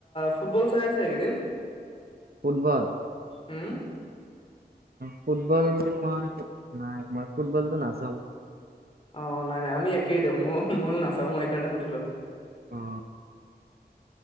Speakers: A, on the left; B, on the right.
A: ফুটবল চাই আছে এইকেইদিন।
B: ফুটবল।
A: উম্।
B: ফুটবলটো মই নাই মই ফুটবল টো নাজ
A: অ' নাই- নাই আমি একেই দিয়ক মই ময়ো নাচাওঁ মই সেইকাৰণে সুধিলো।
B: অ'।